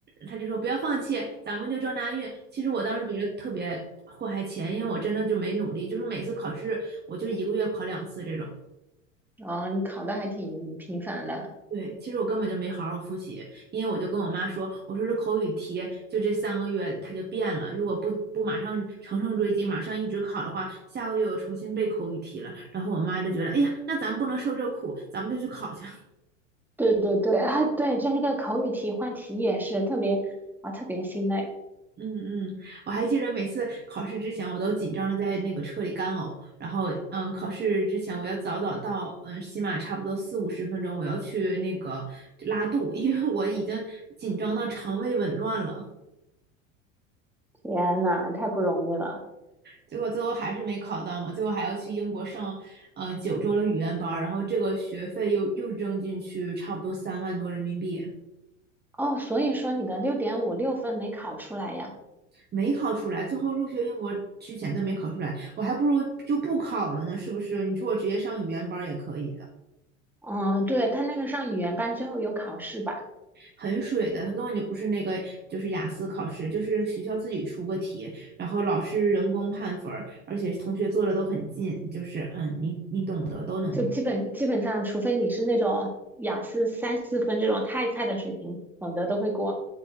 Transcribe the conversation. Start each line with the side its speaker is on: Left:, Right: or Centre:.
Right: 他就说不要放弃，咱们就这那运。其实我当时觉得特别祸害钱，因为我真的就没努力，就是每次考试我就一个月考两次这种。
Centre: 哦，你考的还挺频繁的。
Right: 对，其实我根本就没好好复习，因为我就跟我妈说，我说这口语题就这三个月它就变了，如果不不马上乘胜追击，马上一直考的话，下个月我重新背口语题了。然后我妈就觉得，哎呀，那咱不能受这苦，咱们就去考去。
Centre: 对对对啊，对，这个口语题换题也是特别啊，特别心累。
Right: 嗯嗯，我还记得每次考试之前，我都紧张的在那个车里干呕。然后，嗯，考试之前我要早早到，嗯，起码差不多四五十分钟，我要去那个拉肚，因为我已经紧张到肠胃紊乱了。
Centre: 天呐，太不容易了。
Right: 结果最后还是没考到嘛，最后还要去英国上，呃，九周的语言班儿，然后这个学费又又扔进去，差不多三万多人民币，
Centre: 哦，所以说你的六点五六分没考出来呀？
Right: 没考出来。最后入学英国之前都没考出来，我还不如就不考了呢，是不是？你说我直接上语言班儿也可以的。
Centre: 嗯，对，他那个上语言班最后有考试吧，
Right: 很水的，它根本就不是那个，就是雅思考试，就是学校自己出个题，然后老师人工判分儿，而且同学做的都很近，就是嗯，你你懂得都能过。
Centre: 就基本基本上，除非你是那种雅思三四分这种太菜的水平，否则都会过。